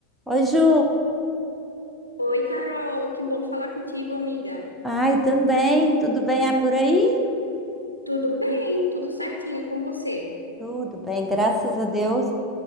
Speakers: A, in the centre; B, on the left (about 80°).
A: Oi, Ju.
B: Oi, Carol, que bom falar contigo, amiga.
A: Ai, também. Tudo bem ah, por aí?
B: Tudo bem, tudo certinho, e com você?
A: Tudo bem, graças a Deus.